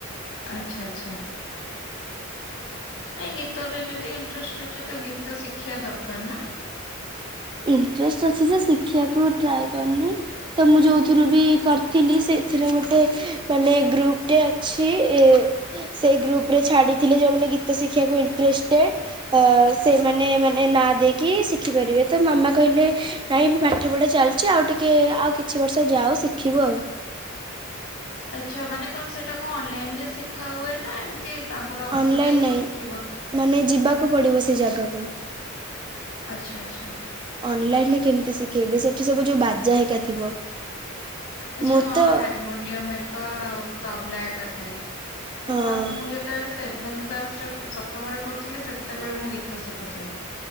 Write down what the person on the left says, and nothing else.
ଆଛା <unintelligible> ଆଚ୍ଛା ଏ ଗୀତ ରେ ଯଦି ଇଣ୍ଟଷ୍ଟ <unintelligible> ଅଛି ତ ଗୀତ ଶିଖିବା ଦରକାର ନା?
ଆଚ୍ଛା ମାନେ କଣ ସେଇଟା କଣ ଅନଲାଇନ୍ ରେ ଶିଖା ହୁଏ ନା? ଏମିତି ତାଙ୍କ ପାଖକୁ
ଯାଇକି
ଶିଖିବ
ଆଚ୍ଛା ଆଚ୍ଛା
ଆଚ୍ଛା
ହଁ
ହାରମୋନିୟମ୍ ଏକ ଆଉ ତବଲା ଏକ ଥାଏ। ମୁଁ
ମ ମୁଁ ଯେତେବେଳେ ସେଭେନ୍ କ୍ଲାସ ରେ ସପ୍ତମରେ ପଢ଼ୁଥିଲି ସେତେବେଳେ ମୁଁ ଗୀତ ଶିଖୁଥିଲି।